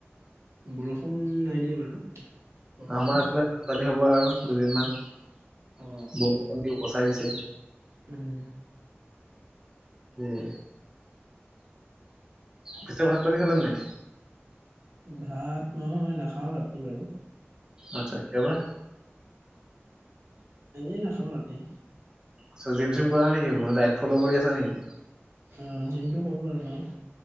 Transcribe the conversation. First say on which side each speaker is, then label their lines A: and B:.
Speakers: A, on the right; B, on the right.
A: বৰষুণ নাই দিয়ে বাৰু। বৰ্তমান
B: আমাৰ এইফালে বানপানী হ'ব আৰু দুদিন মান,
A: অ
B: বৰষুণ দি উপচাই দিছে।
A: উম।
B: উম। পিছে ভাত পানী খালে নাই?
A: ভাত মই নাখাওঁ ৰাতি বাৰু।
B: আচ্ছা, কিয় বা?
A: এনেই নাখাওঁ ৰাতি।
B: আচ্ছা, জিম-চিম কৰা নেকি ডাইট ফল কৰি আছা নেকি?
A: উম জিমটো কৰো আৰু মই।